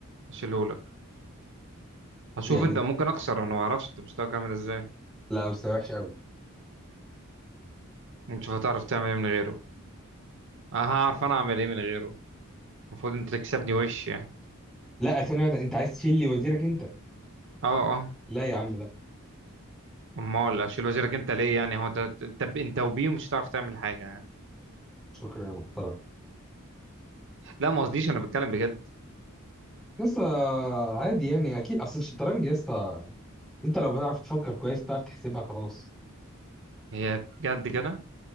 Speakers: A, on the right (about 60°); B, in the centre.
A: اشيله لك اشوف
B: يعني
A: انت ممكن اخسر انا ما اعرفش انت مستواك عامل ازاي
B: لا انا مستواي وحش قوي
A: نشوف هتعرف تعمل ايه من غيره أه هعرف انا اعمل ايه من غيره المفروض انت تكسبني وش يعني
B: لا ثانية واحدة انت عايز تشيل لي وزيرك انت
A: اه اه
B: لا يا عم لا
A: امال
B: لا
A: اشيل وزيرك انت ليه يعني هو انت انت انت وبيه مش هتعرف تعمل حاجه يعني.
B: شكرا يا محترم
A: لا ما قصديش انا بتكلم بجد
B: لسه عادي يعني اكيد اصل الشطرنج يا اسطى انت لو بتعرف تفكر كويس تعرف تحسبها خلاص
A: هي بجد كده